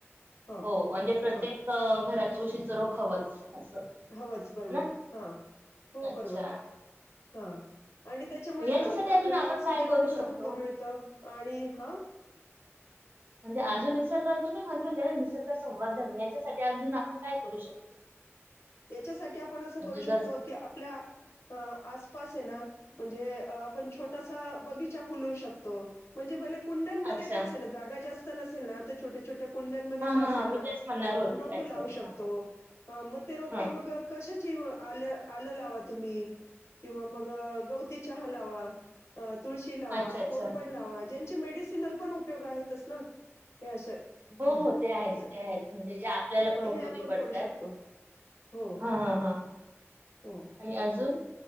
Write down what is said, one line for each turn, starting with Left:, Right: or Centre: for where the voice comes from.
Left: ह
Right: हो म्हणजे प्रत्येक
Left: ह.
Right: घरात उशीचं रोप हवंच असं.
Left: हवंच बरोबर
Right: ना
Left: हा हो
Right: अच्छा
Left: बरोबर. हा आणि त्याच्यामुळे
Right: याच्यासाठी
Left: काय होतं आपल्याला
Right: अजून आपण
Left: ऑक्सिजन
Right: काय करू
Left: पण
Right: शकतो
Left: भरपूर मिळत आणि हा
Right: म्हणजे अजून निसर्ग तुम्ही म्हणतो त्या ना निसर्ग संवर्धन याच्यासाठी अजून आपण काय करू शकतो
Left: याच्यासाठी आपण असं करू
Right: म्हणजे
Left: शकतो
Right: जस
Left: की आपल्या आसपास हे ना म्हणजे आपण छोटासा
Right: हा
Left: बगीचा फुलवू शकतो म्हणजे बले कुंड्यांमध्ये
Right: अच्छा
Left: काय असे ना जागा जास्त नसेल ना तर छोटे छोटे कुंड्यां मध्ये
Right: हा
Left: का
Right: हा
Left: अस
Right: हा
Left: ना
Right: मी तेच म्हणणार
Left: आपण
Right: होते
Left: रोप
Right: अच्छा
Left: लावू शकतो
Right: हा हा
Left: मग ते रोप
Right: हा
Left: म कशाची आल आलं लावा तुम्ही किंवा मग गवती चहा लावा तुळशी लावा
Right: अच्छा अच्छा
Left: कोरपड लावा जे मेडिसनल पण उपयोग आहेत च ना हे असे
Right: हो
Left: हं.
Right: हो ते आहेच
Left: तर
Right: ते आहेच म्हणजे जे आपल्याला पण
Left: हे
Right: उपयोगी
Left: आपण
Right: पडतात
Left: करू शकतो. हो,
Right: हा हा हा
Left: हो.
Right: आणि अजून